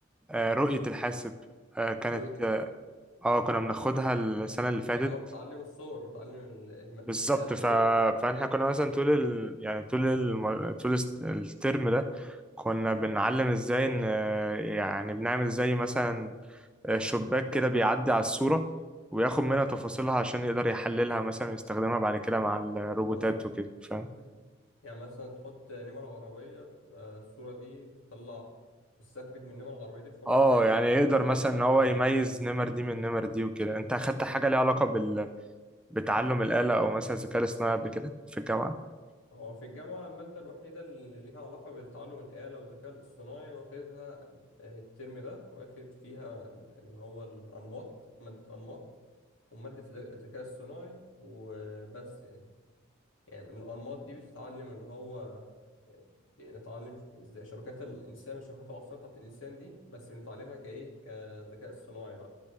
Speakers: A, in the centre; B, on the left (about 80°).
A: آه، رؤيه الحاسب آه، كانت
B: رؤية الحاسب
A: اه آه، كنا بناخدها السنه اللي فاتت
B: يعني هو بتعلم الصور بتعلم ال- الم... الآلة
A: بالظبط ف...
B: الصور
A: فاحنا كنا مثلا طول ال... يعني طول الم... طول الس- الترم ده كنا بنعلم ازاي ان يعني بنعمل زي مثلا شباك كده بيعدي على الصورة وياخد منها تفاصيلها عشان يقدر يحللها مثلا ويستخدمها بعد كده مع الروبوتات
B: اه
A: وكده فاهم
B: مم. يعني مثلا تحط نمر عربية تبقى الصورة دي تطلع تستخرج من النمر العربية دي الحروف
A: اه
B: بتاعتها
A: يعني يقدر مثلا
B: تسجلها
A: ان
B: في
A: هو
B: ال
A: يميز نمر دي من نمر دي وكده انت اخدت
B: مم.
A: حاجة ليها علاقة بال... بتعلم الآلة او مثلا الذكاء الاصطناعي قبل كده في الجامعة
B: هو في الجامعة المادة الوحيدة اللي ليها علاقة بالتعلم الآلة والذكاء الاصطناعي واخدها آه، الترم ده واخد فيها اللي هو الأنماط مادة أنماط ومادة الذ- الذكاء الصناعي وبس يعني يعني الأنماط دي بتتعلم اللي هو آه، بنتعلم ازاي شبكات الإنسان الشبكات العصبية بتاعت الإنسان دي بس بنتعلمها كإيه كذكاء اصطناعي بقى